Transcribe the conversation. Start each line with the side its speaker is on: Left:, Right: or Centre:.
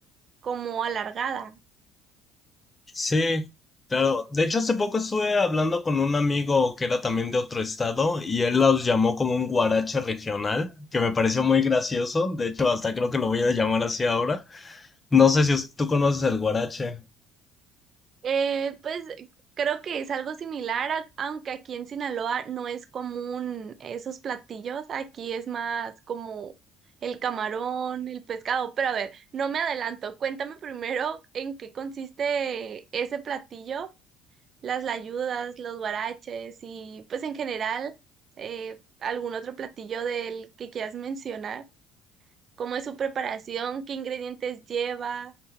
Right: como alargada.
Left: Sí, claro. De hecho, hace poco estuve hablando con un amigo que era también de otro estado y él los llamó como un guarache regional, que me pareció muy gracioso. De hecho, hasta creo que lo voy a llamar así ahora. No sé si us- tú conoces el guarache.
Right: Eh, pues creo que es algo similar, a- aunque aquí en Sinaloa no es común esos platillos, aquí es más como el camarón, el pescado, pero a ver, no me adelanto, cuéntame primero en qué consiste ese platillo, las layudas, los huaraches y pues en general eh, algún otro platillo del que quieras mencionar, cómo es su preparación, qué ingredientes lleva